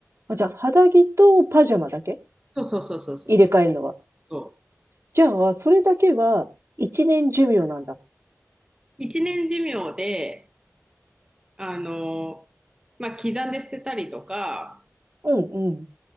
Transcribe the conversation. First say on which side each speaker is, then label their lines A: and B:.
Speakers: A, on the right; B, on the right.
A: あ、じゃあ、肌着とパジャマだけ
B: そうそうそうそうそうそう。
A: 入れ替えるのは。
B: そう。
A: じゃあ、それだけは一年寿命なんだ。
B: 1年寿命で、あの、まあ、刻んで捨てたりとか
A: うん、うん、